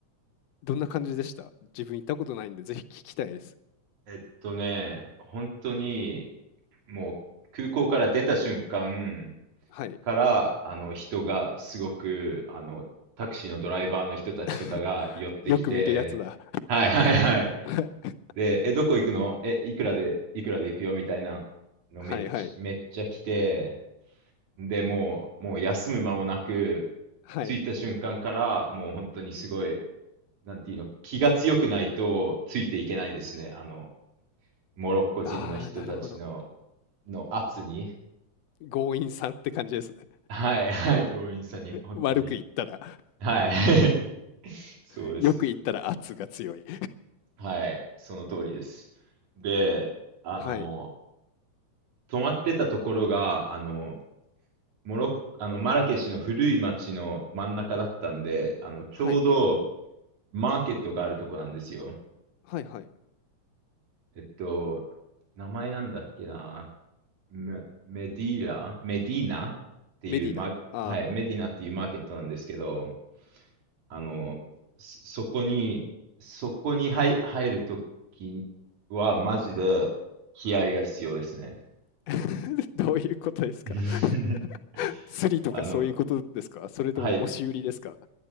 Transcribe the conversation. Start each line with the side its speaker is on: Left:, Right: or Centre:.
Left: どんな感じでした自分行ったことないんでぜひ聞きたいです。
Right: えっとね、本当にもう空港から出た瞬間
Left: はい。
Right: から、あの人がすごく、あの、タクシーのドライバーの人たちとかが寄ってきて、
Left: <laughs> よく見るやつだ。
Right: はいはいはい。
Left: <laughs> はい。
Right: で、え、どこ行くのえ、いくらで、いくらで行くよみたいなのめっちゃ、
Left: はいはい。
Right: めっちゃ来て、で、もう、もう休む間もなく、
Left: はい。
Right: 着いた瞬間から、もう本当にすごい、なんていうの、気が強くないとついていけないですね。あの、モロッコ人の人たちの、
Left: ああ、なるほど。
Right: の圧に。
Left: 強引さって感じですね。
Right: はい、はい、強引さに、本当に。
Left: 悪く言ったら
Right: はい。<laughs> そうです。
Left: <laughs> よく言ったら圧が強い。
Right: はい、その通りです。で、あの、
Left: <laughs> はい。
Right: 泊まってたところが、あの、モロッ、あの、マラケシュの古い町の真ん中だったんで、あの、ちょうど
Left: はい。
Right: マーケットがあるとこなんですよ。
Left: はいはい。
Right: えっと、名前なんだっけな。メ、メディーラメディーナっていう、
Left: メディナ。
Right: ま、
Left: ああ。
Right: はい、メディナっていうマーケットなんですけど、あの、そ、そこに、そこに入、入るときは、マジで気合が必要ですね。
Left: <laughs> どういうことですか
Right: <laughs>
Left: <laughs> スリとかそういうことですかそれとも押し売りですか
Right: あの、はい。